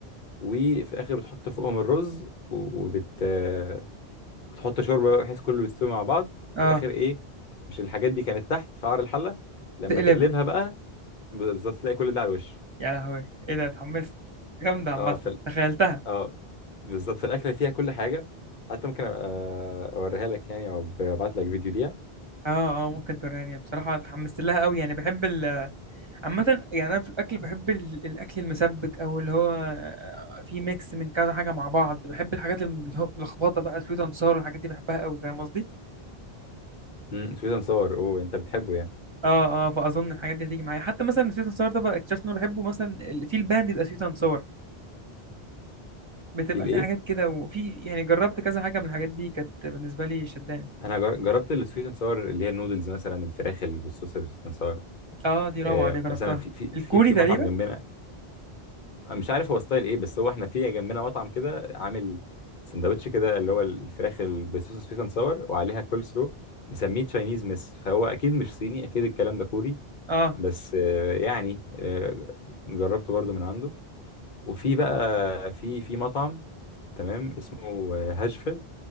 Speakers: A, on the left (about 50°); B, on the right (about 30°).
A: وفي الاخر بتحط فوقهم الرز و- وبت آه، بتحط شوربه بقى بحيث كله يستوي مع بعض وفي
B: اه
A: الاخر ايه مش الحاجات دي كانت تحت في قعر الحله لما
B: تقلبها
A: تقلبها بقى بالظبط تلاقي كل ده على الوش
B: يا لهوي ايه ده اتحمست جامده عامه
A: اه في ال-
B: تخيلتها
A: اه بالظبط في الاكله فيها كل حاجه حتى ممكن ابقى اوريها لك يعني او ابعت لك فيديو ليها
B: اه اه ممكن توريني بصراحه اتحمست لها قوي يعني بحب ال عامه يعني انا في الاكل بحب ال- الاكل المسبك او اللي هو فيه ميكس من كذا حاجه مع بعض بحب الحاجات اللي هو لخبطه بقى سويت اند والحاجات دي بحبها قوي فاهم قصدي
A: امم سويت اند صور اوه انت بتحبه يعني
B: اه اه فاظن الحاجات دي هتيجي معايا حتى مثلا سويت اند ساور ده بقى اكتشفت ان انا بحبه مثلا ال- في البان بيبقى سويت اند ساور بتبقى
A: في الايه
B: في حاجات كده وفي يعني جربت كذا حاجه من الحاجات دي كانت بالنسبه لي شداني
A: انا جر- جربت السويت اند ساور اللي هي النودلز مثلا الفراخ اللي بالصوص السويت اند ساور
B: اه دي روعه
A: آه،
B: دي جربتها
A: مثلا في في
B: الكوري
A: في في
B: تقريبا
A: مطعم جنبنا مش عارف هو ستايل ايه بس هو احنا في جنبنا مطعم كده عامل سندوتش كده اللي هو الفراخ اللي بالصوص السويت اند ساور وعليها كول سلو مسميه تشاينيز مس فهو اكيد مش صيني اكيد الكلام ده كوري
B: اه
A: بس آه، يعني آه، جربته برضو من عنده وفي بقى في في مطعم تمام اسمه آه، هاشفيل